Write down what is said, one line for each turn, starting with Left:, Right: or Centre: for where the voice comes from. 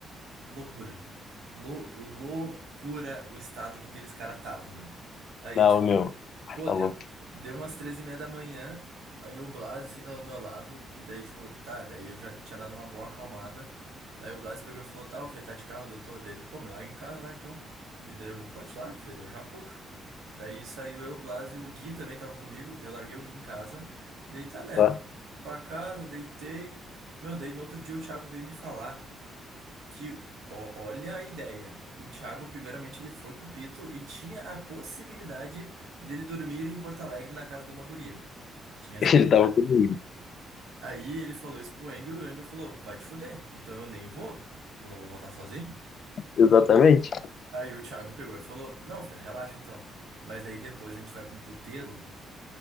Right: Loucura. Lou- loucura o estado que aqueles caras estavam, meu. Aí,
Left: Não,
Right: tipo,
Left: meu,
Right: Pô,
Left: tá
Right: deu,
Left: louco.
Right: deu umas três e meia da manhã, aí o Blas sentado do meu lado, e daí, tipo, tá, daí eu já tinha dado uma boa acalmada. Aí o Blas pegou e falou, tá, ô Fê, tá de carro, daí eu tô dele, pô, me larga em casa lá então. E daí eu, pô, te largo, Fê, daí eu já puxo. Daí saiu eu, o Blas e o Gui também tava comigo, daí eu larguei o Gui em casa. Daí tá, né?
Left: tá?
Right: Fui pra casa, deitei. Meu, daí no outro dia o Thiago veio me falar. Que, ó- olha a ideia. O Thiago, primeiramente, ele foi pro Pito e tinha a possibilidade dele dormir em Porto Alegre na casa de uma guria. Tinha essa
Left: <laughs>
Right: possibilidade.
Left: Ele tava comigo.
Right: Aí ele falou isso pro Engel e o Engel falou: vai te fuder, então eu nem vou, que eu não vou voltar sozinho.
Left: Exatamente.
Right: Aí o Thiago pegou e falou: não, filho, relaxa então. Mas daí depois a gente vai pra um puteiro.